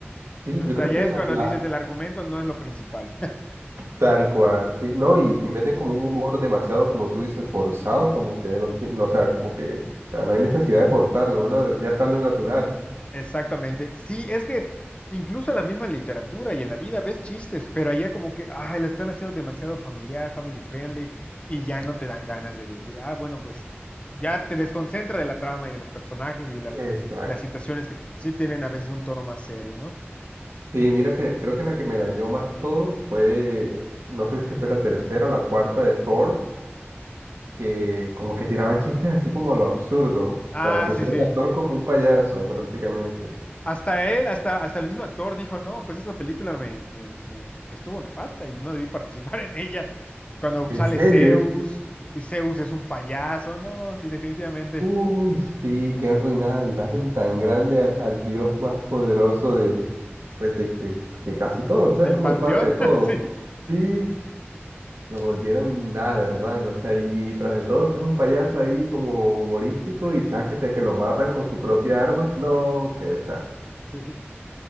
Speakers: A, on the right; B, on the left.
A: sí,
B: Entonces
A: yo creo
B: allá
A: que la,
B: es cuando
A: la-
B: dices el argumento no es lo principal.
A: tal cual, sí, no, y, y meten como un humor demasiado, como tú dices, forzado, como que no, ti- no, o sea, como que, o sea, no hay necesidad de forzarlo, brother, ya sale natural.
B: Exactamente. Sí, es que incluso en la misma literatura y en la vida ves chistes, pero allá como que, ay, la están haciendo demasiado familiar, family friendly, y ya no te dan ganas de decir, ah, bueno, pues ya te desconcentra de la trama y de los personajes y las,
A: Exacto.
B: las situaciones que sí tienen a veces un tono más serio, ¿no?
A: Sí, mira que creo que la que me dañó más todo fue, no sé si fue la tercera o la cuarta de Thor que como que tiraban chistes así como a lo absurdo. O
B: Ah,
A: sea, pusieron
B: sí, sí.
A: al actor como un payaso prácticamente.
B: Hasta él, hasta, hasta el mismo actor dijo, no, pues esa película me, me, me estuvo nefasta y no debí <laughs> participar en ella. Cuando
A: ¿En
B: sale
A: serio?
B: Zeus y Zeus es un payaso, no, sí, definitivamente.
A: Uy, sí, qué arruinada de imagen tan grande al, al Dios más poderoso de, pues de que, que casi todos, ¿no?
B: Del
A: Es como
B: Panteón,
A: el padre de todos.
B: <laughs> sí,
A: Sí, lo volvieron nada, hermano. O sea, y, y tras de todo que es un payaso ahí como humorístico y cháquete que lo matan con su propia arma. No, qué desastre.
B: sí.